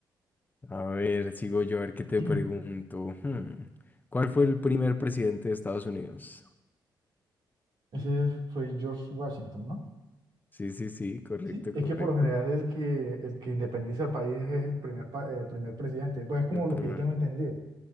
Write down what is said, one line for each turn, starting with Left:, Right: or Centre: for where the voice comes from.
Left: A ver, sigo yo, a ver qué te
Right: <clears throat>
Left: pregunto. Hmm, ¿Cuál fue el primer presidente de Estados Unidos?
Right: Ese fue George Washington, ¿no?
Left: Sí, sí, sí, correcto,
Right: Sí, es
Left: correcto.
Right: que por lo general el que, el que independiza el país es el primer, pa- el primer presidente. Pues es como
Left: El primer.
Right: lo que yo tengo entendido.